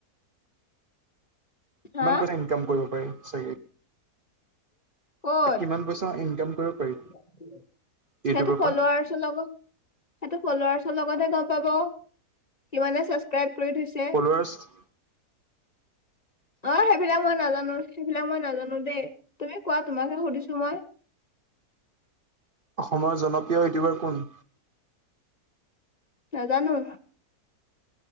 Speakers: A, on the left; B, on the right.
A: হা?
B: কিমান পইচা ইনকাম কৰিব পাৰি চাগে?
A: ক'ত?
B: কিমান পইচা ইনকাম কৰিব পাৰি
A: সেইটো
B: ইউটিউবৰ
A: ফল্লোৱাৰ্ছ
B: পৰা
A: লগত সেইটো ফল্লোৱাৰ্ছ লগতে গ'ম পাব, কিমানে চাবচকাইব কৰি থৈছ
B: ফল্লোৱাৰ্ছ
A: অঁ সেইবিলাক মই নাজানোঁ, সেইবিলাক মই নাজানোঁ দেই, তুমি কোৱা তোমাকহে সুধিছোঁ মই।
B: অসমৰ জনপ্ৰিয় ইউটিউবাৰ কোন?
A: নেজানোঁ।